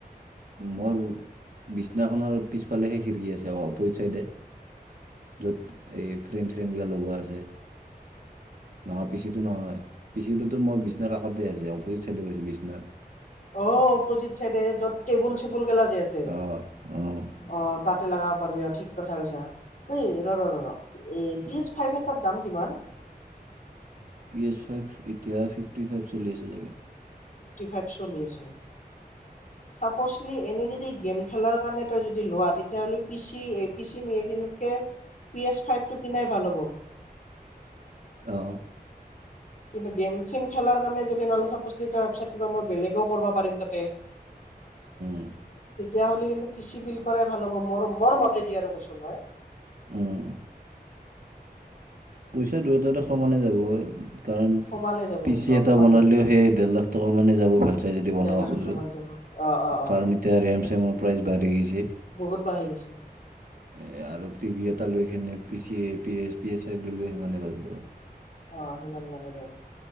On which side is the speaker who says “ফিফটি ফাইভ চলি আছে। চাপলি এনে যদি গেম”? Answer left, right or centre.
Left